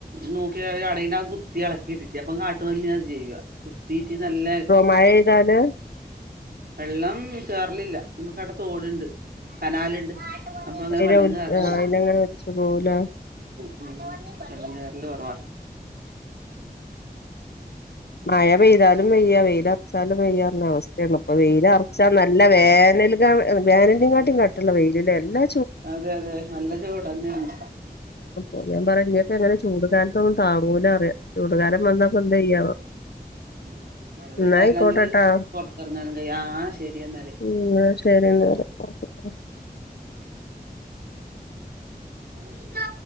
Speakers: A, on the right; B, on the left.
A: നോക്കി അടന്റെ കുത്തി ഇളക്കിയിട്ടിട്ട അപ്പം കാട്ടുുമന്നി അത് ചെയ്യുക വീട്ടിൽ നല്ല
B: മഴയതാണ്
A: വെള്ളം കേേറലില്ല നമുക്ക്ടത്ത് ഓടുണ്ട് കനാലുണ്ട് അപ്പൊ അങ്ങനെ
B: അ
A: വെള്ളം കേറലില്ല
B: ആ അയിനങ്ങനെ വിളിച്ച പോവൂല
A: ഉ വെള്ളറല് കുറവാ
B: മായ ബെയതാ വയാ വെത വച്ചാലും വയ്യാറുന്ന അവസ്ഥയാണ് അപ്പൊ വെയിയില അറച്ചാൽ നല്ല വേനൽ വോനന്റെയുംങ്ങാട്ടും കട്ടുള്ള വെയില എല്ലാം
A: അതെ അതെ നല്ല ചൂട തന്നെയാണ്
B: ഓ ഞാൻഞ്ഞീ ഒക്കെങ്ങെ ചൂട്ടാൻ താങ്ങൂല അറിയാം ചൂടുകാരം വന്ന പ എന്ത ചെയ്യാവോ
A: ഉ മഴ പെയ്തല്ലെങ്കില്
B: എന്നാ ആയിക്കോട്ടെട്ടോ
A: പറത്തിറങ്ങാനും കയ ആ ശരി എന്ന എന്നാല്
B: ഉം എന്നാ ശരി എന്നാല് ഓക്കെ
A: നമിക്ക